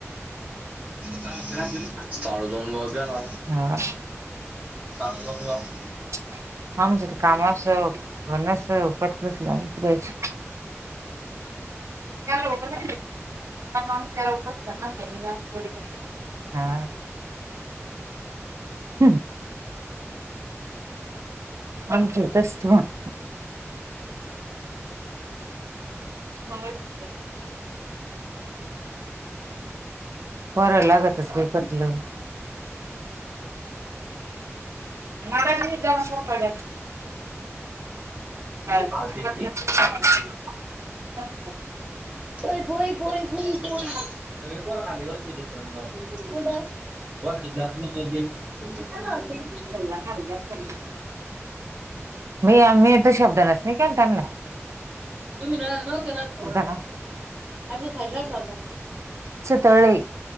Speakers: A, on the right (about 25°); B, on the right (about 70°).
A: ! साडे दोन गाव बी आला
B: हा
A: साडे दोन गाव.
B: हम. !! हा म्हज कामा अस वना पतसलंतीयची. त्या लकच माणस त्या लकचडी. हा हम्! ! आमच ही तसच मग! मग! ! फरळ लागतच बकतलं! मला त जाम पड!
A: बोय
B: ! हम! !
A: हो भई भई भई सगळे पोर खाली बसले होते. त्याच्या मुळे आलो इकडे कुठ. ब <unintelligible> <inaudible> <unintelligible>
B: तेवढ घाल असे! मी मी तर शब्द नच नाही का त्यांना!
A: तुम्ही नव्हते रातोर!
B: ह ना?
A: अ मी खरलाचता
B: तळले